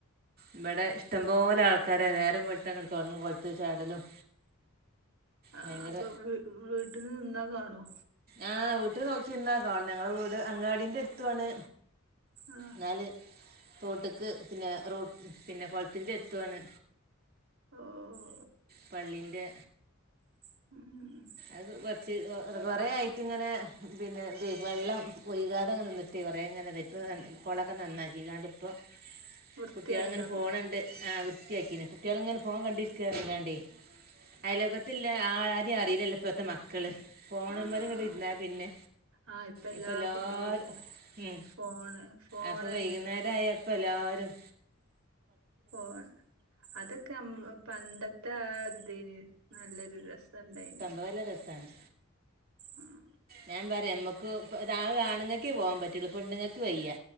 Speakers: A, on the right; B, on the right.
A: ഇവിടെ ഇഷ്ടംപോലെ ആൾക്കാരെ നേരം വെളുത്ത അങ്ങ് തുടങ്ങും കൊളത്ത് ചാടലും
B: ആഹ്
A: ഭയങ്കര
B: അപ്പൊ വി വീട്ടിൽ നിന്നാ കാണോ
A: ആഹ് വീട്ടിൽ നോക്കിനിന്നാ കാണും ഞങ്ങള് വീട് അങ്ങാടീന്റെ എടുത്താണ്
B: ആഹ്
A: എന്നാൽ തോട്ട്ക്ക് പിന്നെ റോ പിന്നെ കുളത്തിൻ്റെ എടുത്താണ്
B: ഓഹ്
A: പള്ളിൻ്റെ
B: <inaudible>
A: അത് കുറച്ച് കൊറ ആയിട്ട് ഇങ്ങനെ പിന്നെ ഇത് വെള്ളം ഒയ്ക്കാതെ ഇങ്ങനെ നിന്നിട്ട് കുറെങ്ങനെതയി ഇപ്പൾ കുളൊക്കെ നന്നാക്കിങ്ങാണ്ട് ഇപ്പം
B: <inaudible> വൃത്തിയായിണ്ടാവൂലേ
A: കുട്ടികളിങ്ങനെ ഫോണുണ്ട് ആ വൃത്തിയാക്കിന് കുട്ടികളിങ്ങനെ ഫോൺ കണ്ടിരിക്കാ
B: ആ
A: <unintelligible> അയലോകത്തില്ല ആ ആരേ അറിയില്ലല്ലൊ ഇപ്പത്തെ മക്കള് ഫോണ്മേലങ്ങട്ട്
B: ആഹ് ആഹ്
A: ഇരുന്നാ പിന്നെ
B: ആഹ് എല്ലാ
A: ഇപ്പ എല്ലാരു
B: കുട്ടികൾക്കും
A: ഉം
B: ഫോണ് ഫോണന്നെ
A: അപ്പൊ വൈകുന്നേരായ ഇപ്പെല്ലാരും
B: പോവാണ് അതൊക്കെ അം പണ്ടത്തെ ആഒര് ഇതിന് നല്ലൊരു രസുണ്ടായിന്
A: നല്ലരസാണ്
B: ഉം
A: ഞാൻ പറയാ ഞമ്മക്ക് താവെ ആണുങ്ങക്കേ പോവാൻ പറ്റുള്ളു പെണ്ണുങ്ങക്ക് വയ്യ